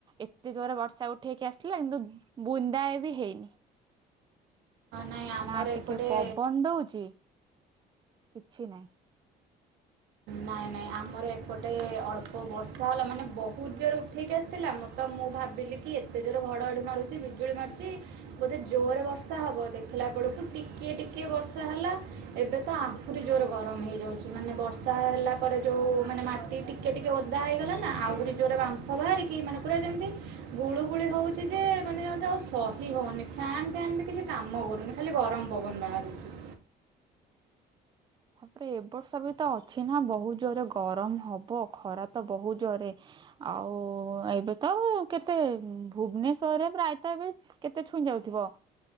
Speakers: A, on the right; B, on the right.
A: ଏତେ ଜୋରେ ବର୍ଷା ଉଠେଇକି ଆସିଲା କିନ୍ତୁ ବୁନ୍ଦା ଏ ବି ହେଇନି।
B: ନାଇଁ ଆମର
A: ନା ଟିକେ
B: ଏପଟେ
A: ପବନ ଦଉଚି କିଛି ନାଇଁ
B: ନାଇଁ ନାଇଁ ଆମର ଏପଟେ ଅଳ୍ପ ବର୍ଷା ହେଲା ମାନେ ବହୁତ ଜୋରେ ଉଠେଇକି ଆସିଥିଲା ମତ ମୁଁ ଭାବିଲି କି ଏତେ ଜୋର ଘଡଘଡି ମାରୁଛି ବିଜୁଳି ମାରୁଛି ବୋଧେ ଜୋରେ ବର୍ଷା ହବ ଦେଖି ଖିଲା ବେଳକୁ ଟିକେ ଟିକେ ଟିକେ ବର୍ଷା ହେଲା ଏବେ ତ ଆହୁରି ଜୋର ଗରମ ହେଇଯାଉଛି ମାନେ ବର୍ଷା ହେଲା <unintelligible> ଯୋଉ ମାନେ ମାଟି ଟିକେ ଟିକେ ଓଦା ହେଇଗଲା ନା ଆହୁରି ଜୋରେ ବା <unintelligible> ବାହାରିକି ମାନେ ପୁରା ଯେମିତି ଗୁଳୁ ଗୁଳି ହେଉଛି ଯେ ମାନେ ଯେମିତି ଆଉ ସହି ହଉନି ଫ୍ୟାନ୍ ଫ୍ୟାନ୍ ବି କିଛି କାମ କରୁନି ଖାଲି ଗରମ ପବନ ବାହାରୁଛି।
A: ତାପରେ ଏ ବର୍ଷ ବି ତ ଅଛି ନା ବହୁତ ଜୋରେ ଗରମ ହବ ଖରା ତ ବହୁ ଜୋରେ ଆଉ ଏବେ ତ କେତେ ଭୁବେନେଶ୍ୱର ରେ ପ୍ରାୟତଃ ଏବେ କେତେ ଛୁଇଁ ଯାଉଥିବ